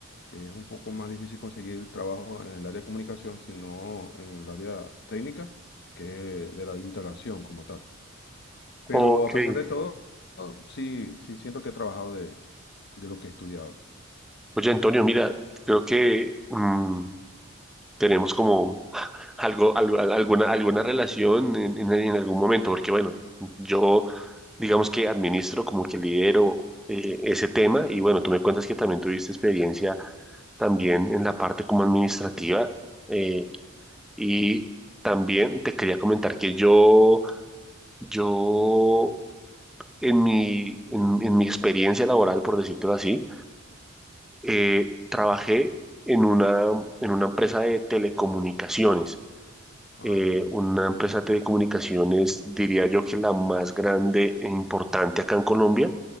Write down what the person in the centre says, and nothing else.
Ok.
Oye, Antonio, mira, creo que mm, tenemos como algo, algo- al- alguna, alguna relación en, en- en algún momento, porque bueno, yo digamos que administro como que lidero eh, ese tema y bueno, tú me cuentas que también tuviste experiencia también en la parte como administrativa eh, y también te quería comentar que yo, yo en mi, en, en mi experiencia laboral, por decirlo así, eh, trabajé en una, en una empresa de telecomunicaciones.
eh,
una empresa de telecomunicaciones, diría yo que la más grande e importante acá en Colombia,